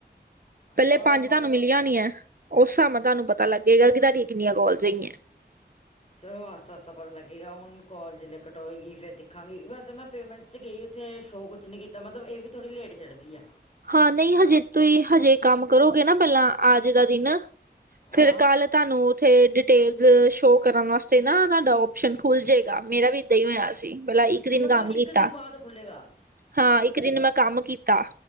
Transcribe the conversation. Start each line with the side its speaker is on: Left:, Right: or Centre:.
Right: ਪੈਲੇ
Left: ਅ
Right: ਪੰਜ
Left: ਮਤਲਬ
Right: ਤੁਆਨੂੰ ਮਿਲੀਆਂ ਹੋਨੀਯਾ ਐ, ਓਸ ਸਾਬ ਤੁਆਨੂੰ ਪਤਾ ਲੱਗੇਗਾ ਕਿ ਤੁਆਡੀ ਕਿੰਨੀਆਂ ਕੋਲ ਸਈ ਐ।
Left: ਚਲੋ ਆਸਤਾ-ਆਸਤਾ ਪਤਾ ਲੱਗੇਗਾ ਹੁਣ ਕੋਲ ਜੇ ਕਟੋਏਗੀ ਫੇਰ ਦੇਖਾਂਗੀ ਵੈਸੇ ਮੈਂ ਪੇਮੈਂਟ ਚ ਗਈ ਓਥੇ ਸ਼ੋ ਕੁਛ ਨੀ ਕੀਤਾ ਮਤਲਬ ਏਹ ਵੀ ਥੋੜ੍ਹ ਲੇਟ ਚੜ੍ਹਦੀ ਐ।
Right: ਹਾਂ ਨਈ ਹਜੇ ਤੁਸੀਂ ਹਜੇ ਕੰਮ ਕਰੋਗੇ ਨਾ ਪੈਲਾਂ ਆਜ ਦਾ ਦਿਨ,
Left: ਹਾਂ।
Right: ਫੇਰ ਕੱਲ ਤਾਨੂੰ ਉੱਥੇ ਡਿਟੇਲਜ਼ ਸ਼ੋਅ ਕਰਨ ਵਾਸਤੇ ਨਾ ਤੁਆਡਾ ਓਪਸ਼ਨ ਖੁੱਲ੍ਹ ਜੇਗਾ ਮੇਰਾ ਵੀ ਏਦਾਂ ਹੀ ਹੋਯਾ ਸੀ। ਪੈਲਾ ਇੱਕ
Left: ਅੱਛਾ
Right: ਦਿਨ
Left: ਮਤਲਬ
Right: ਕੰਮ
Left: ਇੱਕ
Right: ਕੀਤਾ,
Left: ਦਿਨ ਬਾਅਦ ਖੁੱਲੇਗਾ
Right: ਹਾਂ ਇੱਕ ਦਿਨ ਮੈਂ ਕੰਮ ਕੀਤਾ